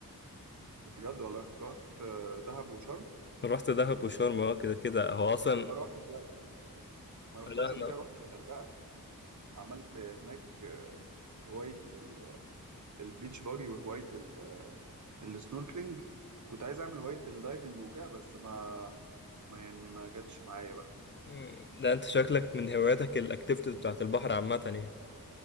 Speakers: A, on the right (about 55°); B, on the left (about 35°).
A: بجد والله رحت آه، دهب وشرم
B: رحت دهب وشرم اه كده كده هو أصلا
A: ما روحتش ده ما رحتهمش
B: لا
A: قبل كده رحت الغردقة وعملت هناك آه، هواية ال- البيتش باجي وهواية ال- السنوركلينج كنت عايز أعمل هواية الدايفنج وكده بس ما ما يعني ما جاتش معايا بقى
B: مم. ده انت شكلك من هواياتك الاكتيفيتيز بتاعت البحر عامة يعني